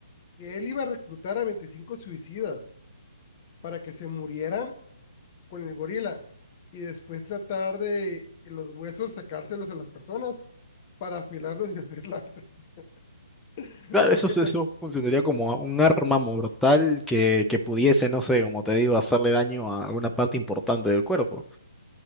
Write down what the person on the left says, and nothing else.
que él iba a reclutar a 25 suicidas para que se murieran con el gorila y después tratar de los huesos sacárselos a las personas para afilarlos y hacer lanzas. <laughs>
un poquito.